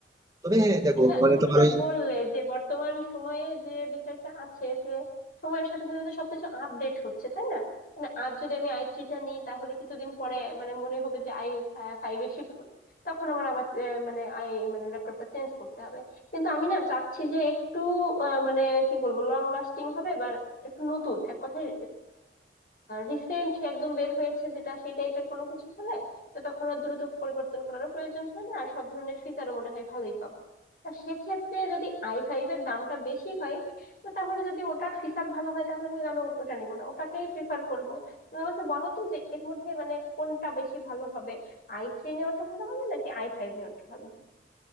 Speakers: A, on the right; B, on the left.
A: তবে হ্যাঁ দেখো
B: হ্যাঁ
A: মানে
B: তুমি
A: তোমার
B: যেটা
A: ওই
B: বললে যে বর্তমান সময়ে যে বিষয়টা আছে যে সময়ের সাথে সাথে তো সবকিছু আপডেট হচ্ছে তাই না মানে আজ যদি আমি আই থ্রিটা নিই তাহলে কিছুদিন পরে মানে মনে হবে যে আই ফাইভে শিফট করি তখন আমার আবার আহ, মানে আই মানে ল্যাপটপটা চেঞ্জ করতে হবে কিন্তু আমি না চাচ্ছি যে একটু আহ, মানে কি বলবো লং লাস্টিং হবে বা একটু নতুন এক কথায় রিসেন্ট একদম বের হয়েছে যেটা সেই টাইপের কোনো কিছু হলে তো তখন আর দ্রুত পরিবর্তন করারও প্রয়োজন হয় না আর সব ধরনের ফিচারও মনে হয় ভালোই পাবো তা সেক্ষেত্রে যদি আই ফাইভ এর দামটা বেশি হয় তো তাহলে যদি ওটার ফিচার ভালো হয় তাহলে আমি কেন ও- ওটা নিবো না ওটাকেই প্রিফার করব তুমি আমাকে বলো তো যে এর মধ্যে মানে কোনটা বেশি ভালো হবে আই থ্রি নেওয়াটা ভালো হবে নাকি আই ফাইভ নেওয়াটা ভালো হবে